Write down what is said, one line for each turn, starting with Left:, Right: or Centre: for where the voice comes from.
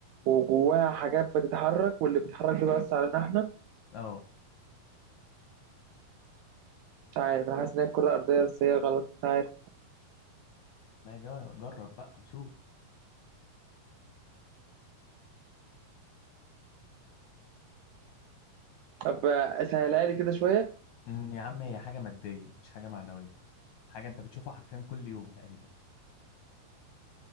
Right: وجواها حاجات بتتحرك واللي بيتحرك ده بيأثر علينا احنا
Left: اه
Right: مش عارف انا حاسس ان هي الكره الارضيه بس هي غلط مش عارف
Left: لا يا جماعة، جرب بقى شوف
Right: طب آه، سهلها لي كده شويه
Left: امم يا عم هي حاجة مادية مش حاجة معنوية حاجة انت بتشوفها حرفيا كل يوم تقريبا